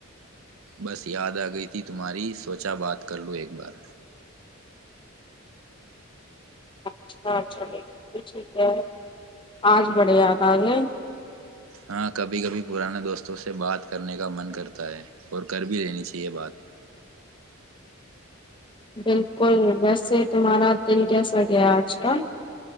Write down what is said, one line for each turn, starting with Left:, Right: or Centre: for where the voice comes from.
Right: بس یاد آ گئی تھی تمہاری سوچا بات کر لو ایک بار
Left: اچھا ٹھیک ہے آج بڑے یاد آ گئے
Right: ہاں کبھی کبھی پرانے دوستوں سے بات کرنے کا من کرتا ہے اور کر بھی لینی چاہیے بات
Left: بالکل ویسے تمہارا دل جسا گیا آج کل